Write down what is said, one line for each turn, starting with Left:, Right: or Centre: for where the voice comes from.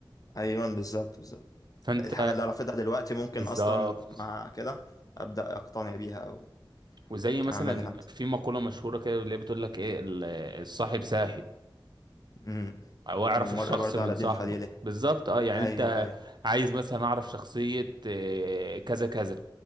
Left: ايوه بالظبط بالظبط
Right: فانت
Left: الحاجه اللي أنا رافضها دلوقتي ممكن
Right: بالظبط
Left: اصلا مع كده ابدا اقتنع بيها او
Right: وزي مثلا
Left: اعملها مثلا
Right: في مقوله مشهوره كده اللي هي بتقول لك ايه ال- الصاحب ساحب
Left: امم
Right: او اعرف
Left: والمرء
Right: الشخص
Left: برضه
Right: من
Left: على
Right: صاحبه
Left: دين خليله
Right: بالظبط اه يعني
Left: ايوه
Right: انت
Left: ايوه
Right: عايز مثلا اعرف شخصيه آه، كذا كذا